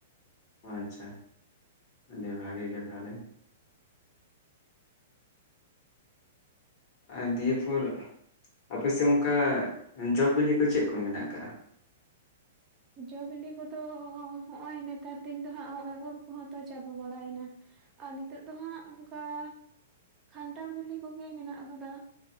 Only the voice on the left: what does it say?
ᱟᱪ ᱪᱷᱟ ᱟᱹᱰᱤ ᱵᱷᱟᱹᱜᱤ ᱜᱮ ᱛᱟᱦᱚᱞᱮ ᱟᱨ ᱫᱤᱭᱮ ᱯᱷᱚᱨ ᱟᱯᱮᱥᱮᱫ ᱚᱱᱠᱟ ᱡᱚ ᱵᱤᱞᱤ ᱠᱚ ᱪᱮᱫ ᱠᱚ ᱢᱮᱱᱟᱜ ᱟᱠᱟᱫ᱾